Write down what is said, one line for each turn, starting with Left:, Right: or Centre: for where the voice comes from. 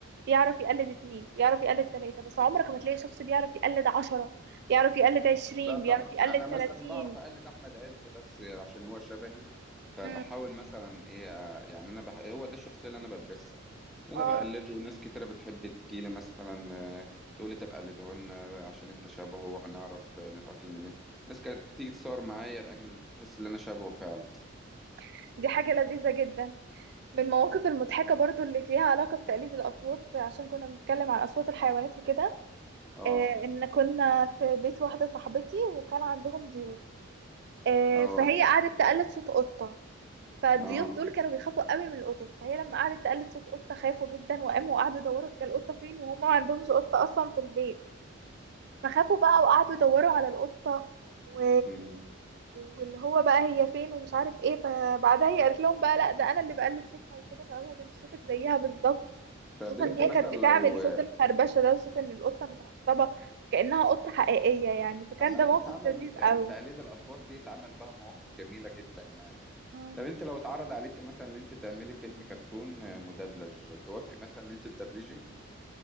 Right: بيعرف يقلد اتنين بيعرف يقلد تلاتة بس عمرك ما تلاقي شخص بيعرف يقلد عشرة بيعرف يقلد عشرين
Centre: لا طبعا
Right: بيعرف يقلد
Centre: أنا
Right: تلاتين
Centre: مثلا بعرف أقلد أحمد عز بس عشان هو شبهي فبحاول
Right: مم.
Centre: مثلا إيه آه، يعني أنا بح... هو ده الشخصية اللي أنا بدرسها اللي
Right: اه
Centre: أنا بقلده ناس كتيرة بتحب تجيلي مثلا آه، تقولي طب قلده لنا عشان أنت شبهه وهنعرف آه، نتأقلم اللي أنت ناس كانت بتيجي تصور معايا لأجل تحس إن أنا شبهه فعلا
Right: <laughs> دي حاجة لذيذة جدا من المواقف المضحكة برضو اللي ليها علاقة بتقليد الأصوات عشان كنا بنتكلم عن أصوات الحيوانات وكده
Centre: أه
Right: آه إن كنا في بيت واحدة صاحبتي وكان عندهم ضيوف آه
Centre: أه
Right: فهي قعدت تقلد صوت قطة فالضيوف
Centre: أه
Right: دول كانوا بيخافوا قوي من القطط فهي لما قعدت تقلد صوت قطة خافوا جدا وقاموا وقعدوا يدوروا هي القطة فين وهم ما عندهمش قطة أصلا في البيت فخافوا بقى وقعدوا يدوروا على القطة و...
Centre: مم.
Right: واللي هو بقى هي فين ومش عارف ايه فبعدها هي قالت لهم بقى لا ده انا اللي بقلد صوتها وكده فقالوا لها ده انت صوتك زيها بالظبط
Centre: فبنت
Right: خصوصا ان هي
Centre: مثلا
Right: كانت بتعمل
Centre: لو
Right: صوت الخربشة ده وصوت ان القطة متعصبة فكأنها قطة حقيقية يعني فكان
Centre: ما
Right: ده
Centre: بيتعمل
Right: موقف لذيذ
Centre: يعني
Right: قوي
Centre: تقليد الأصوات دي اتعمل بها مواقف جميلة جدا يعني
Right: مم.
Centre: طب انت لو اتعرض عليك مثلا ان انت تعملي فيلم كرتون مدبلج توافقي مثلا ان انت تدبلجي